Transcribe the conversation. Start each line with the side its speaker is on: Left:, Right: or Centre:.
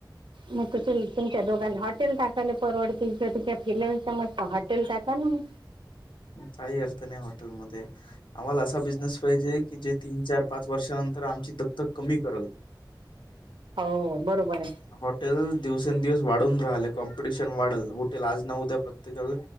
Right: म कतेल. तुमच्या दोघांना हॉटेल टाकायला परवडतील, तुमच्या <unintelligible> मस्त हॉटेल टाका ना मग.
Left: काही अर्थ नाही हॉटेलमध्ये, आम्हाला असा बिझनेस पाहिजे कि जे तीन चार पा वर्षानंतर आमची दगदग कमी करल.
Right: होवू बरोबर.
Left: हॉटेल दिवसेंदिवस वाढून राहिले. कॉम्पिटिशन वाढल, हाँटेल आज ना उद्या. प्रत्येकाला